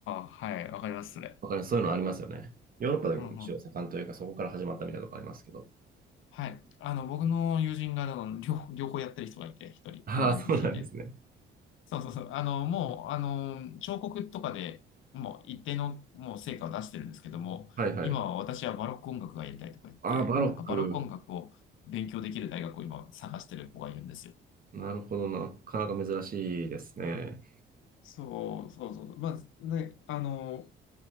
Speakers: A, on the left; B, on the right.
A: あ、はい。わかります、それ。
B: わかりますそういうのありますよね。ヨーロッパでも一応盛んというか、
A: うん、うん。
B: そこから始まったみたいなとこありますけど。
A: はい。あの、僕の友人が、あの、両、両方やってる人がいて、一人、
B: <laughs> ああ、
A: ポーランド人で。
B: そうなんですね。
A: そうそうそう。あの、もう、あの、彫刻とかでもう一定のもう成果を出してるんですけども、
B: はいはい。
A: 今は私はバロック音楽がやりたいとか言って、
B: ああ、バロック。
A: なんかバロック音楽を勉強できる大学を今探してる子がいるんですよ。
B: なるほどな。なかなか珍しいですね。
A: そうそうそう。まあね、あの、